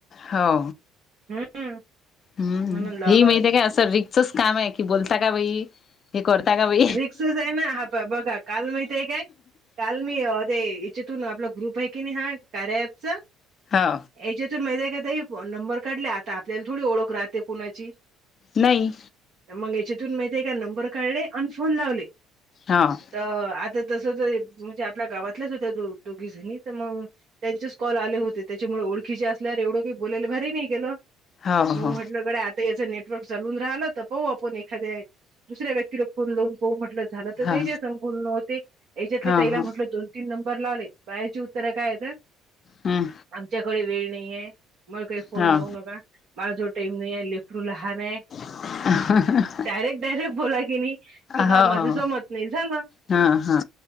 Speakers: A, on the left; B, on the right.
A: हो
B: हम्म
A: हम्
B: म्हणून लावला
A: हे माहितीे
B: होता
A: का असं रिक्सच काम आहे की बोलता का बाई हे करता का बाई
B: रिक्सच आहे ना हा बघा काल माहीत आहे का काल मी ते हेच्यातून आपला ग्रुप आहे की नाही हा कार्या ॲपचा
A: हा
B: याच्यातून माहित आहेका ते फोन नंबर काढले आता आपल्याला थोडी ओळख राहते कोणाची.
A: नाही
B: मग याच्यातून माहित आहे का एक नंबर काढले आणि फोन लावले.
A: हां
B: तर आता तस म्हणजे आपल्या गावातल्याच होत्या दोघी जणी तर मग त्यांचेच कॉल आले होते त्याच्यामुळे ओळखीचे असल्या एवढ बोलायला भारी नाही गेलं.
A: हो
B: मग
A: हो
B: म्हटलं गड्या आता याच नेटवर्क चालून राहन तर पाऊ आपण एखाद्या दुसऱ्या व्यक तिला फोन लावून हो म्हटलं झालं तर
A: हा
B: तेजे नव्हते त्याच्यातले
A: हा
B: तीला
A: हा
B: म्हटलं दोन तीन नंबर लावले बाहेची उत्तरं काय तर
A: हम्म
B: आमच्याकडे वेळ नाही आहे. मला काही फोन
A: हो
B: लावू नका माला जो टाईम नाही आहे लेकरू लहान आहे.
A: <unintelligible>
B: डायरेट डारेकट बोलाय के मी बा
A: हो हो
B: माझ जमत नाही झाला
A: हा हा